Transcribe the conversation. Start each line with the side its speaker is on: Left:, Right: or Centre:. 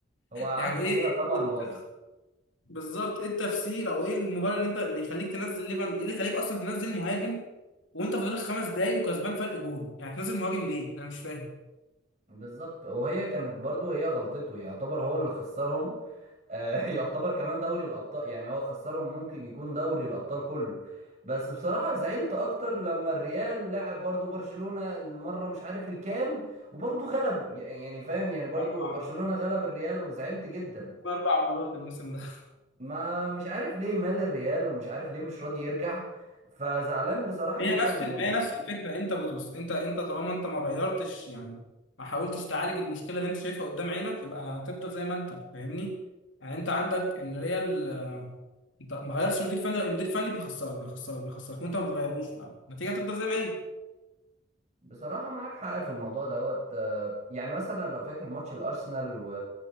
Right: هو عك
Left: يعني ايه
Right: فيها
Left: إيه
Right: طبعا
Left: التف-
Right: باظت
Left: بالظبط ايه التفسير او ايه المبرر اللي انت اللي يخليك تنزل ليفان ايه اللي يخليك اصلا تنزل مهاجم وانت فاضلك خمس دقايق وكسبان فرق جون يعني تنزل مهاجم ليه انا مش فاهم
Right: بالظبط وهي كانت برضو هي غلطته يعتبر هو اللي خسرهم آه، <laughs> يعتبر كمان دوري الابطال يعني هو خسرهم ممكن يكون دوري الابطال كله بس بصراحة زعلت اكتر لما الريال لعب برضو برشلونة المرة مش عارف الكام وبرضو غلبه يع- يعني فاهم يعني برضو
Left: اربع
Right: برشلونة غلب الريال وزعلت جدا
Left: اربع مرات الموسم ده
Right: ما مش عارف ليه مال الريال ومش عارف ليه مش راضي يرجع فزعلان بصراحة جدا
Left: هي نفس
Right: منه
Left: ال- هي نفس الفكره انت بص بص انت انت طالما انت ما غيرتش يعني ما حاولتش تعالج المشكله اللي انت شايفها قدام عينك يبقى هتفضل زي ما انت فاهمني يعني انت عندك اللي هي ال- انت ما غيرش مدير فني المدير الفني بيخسرك بيخسرك بيخسرك وانت ما بتغيروش فالنتيجه هتفضل زي ما هي
Right: بصراحة معاك حق في الموضوع دوت آه، يعني مثلا لو فاكر ماتش الارسنال و...